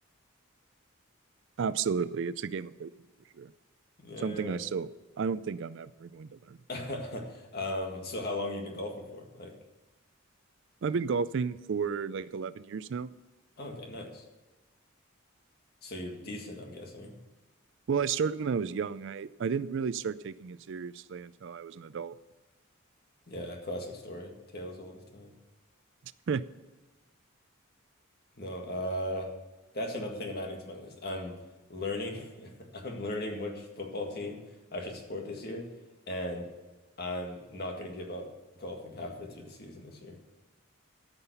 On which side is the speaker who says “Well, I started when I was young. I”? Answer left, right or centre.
Right